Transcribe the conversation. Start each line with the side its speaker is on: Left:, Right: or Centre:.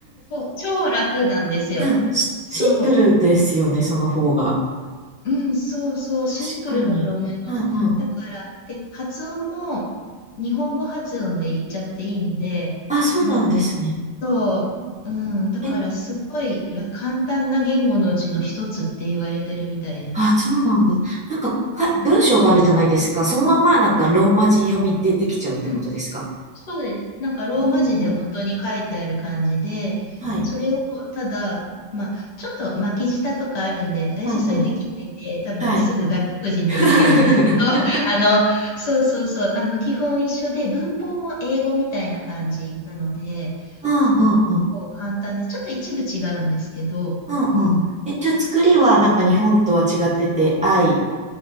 Left: そう、超楽なんですよ。
Centre: うんシシンプルですよね、
Left: そ
Centre: その方が。
Left: う、うん、そうそう、
Centre: 確かに。
Left: シンプルだと思います。
Centre: うんうん。
Left: だから、で、発音も日本語発音で言っちゃっていいんで、
Centre: あ、そうなんですね。
Left: なんか、そう、
Centre: うんうん
Left: うん、だからすごいら簡単な言語のうちの一つって言われてるみたいです。
Centre: えあ、そうなんだ。なんか、か、文章があるじゃないですか。そのままなんかローマ字読みでできちゃうってことですか
Left: うん、うん、そうです。なんかローマ字で本当に書いてある感じで、
Centre: おおー、はい。
Left: それをただ、まあ、ちょっと巻き舌とかあるんで、私それできないんで、
Centre: うんうん。
Left: 多分すぐ外国人ってバレるんですけど、
Centre: はい。<laughs>
Left: <laughs> あの、そうそうそう、あの、基本一緒で、文法も英語みたいな感じなので、
Centre: うんうんうん。
Left: そう、結構簡単で、ちょっと一部違うんですけど、
Centre: うんうん。
Left: うん。
Centre: え、じゃあ作りはなんか日本とは違ってて、愛、